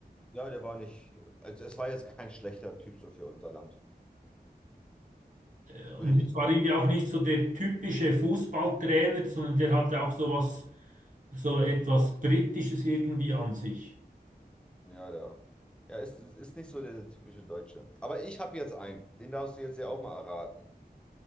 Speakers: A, in the centre; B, on the right.
A: ja, der war nicht. Also es war jetzt kein schlechter Typ so für unser Land.
B: Äh, Und
A: Würde ich nicht
B: es
A: behaupten.
B: war irgendwie auch nicht so der typische Fußballtrainer, sondern der hatte auch so was, so etwas Britisches irgendwie an sich.
A: Ja, der. Ja, ist, ist nicht so der typische Deutsche. Aber ich habe jetzt einen. Den darfst du jetzt ja auch mal erraten.